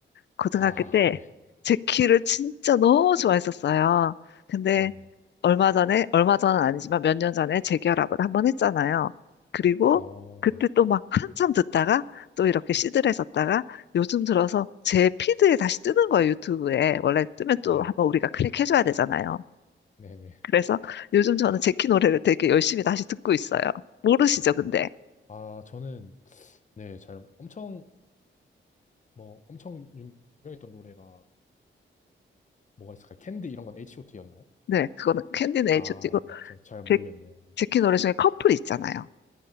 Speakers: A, on the left; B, on the left.
A: 고등학교
B: 아,
A: 때
B: <laughs> 네.
A: 제키를 진짜 너무 좋아했었어요. 근데
B: 네네.
A: 얼마 전에, 얼마 전은 아니지만 몇 년 전에 재결합을 한 번 했잖아요. 그리고
B: 어,
A: 그때
B: 네.
A: 또 막 한참 듣다가 또 이렇게 시들해졌다가 요즘 들어서 제 피드에 다시 뜨는 거예요, 유튜브에. 원래 뜨면
B: 네.
A: 또 한번 우리가 클릭해줘야 되잖아요.
B: 네네.
A: 그래서 요즘 저는 제키 노래를 되게 열심히 다시 듣고 있어요. 모르시죠, 근데?
B: 아, 아, 저는, 네, 잘, 엄청, 뭐, 엄청 유명했던 노래가 뭐가 있을까요? 캔디 이런 건 H.O.T.였나요?
A: 네, 그거는 캔디 네이처
B: 아,
A: 띄고
B: 네. 저, 잘 모르겠네요.
A: 제,
B: 네.
A: 제키 노래 중에 커플 있잖아요.